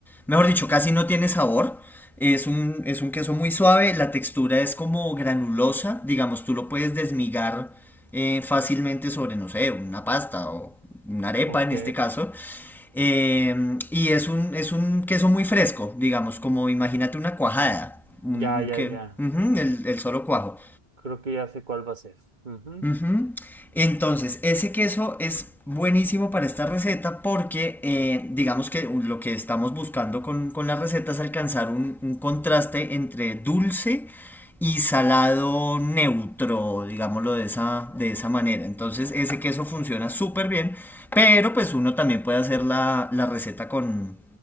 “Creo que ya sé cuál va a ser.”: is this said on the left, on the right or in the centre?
Right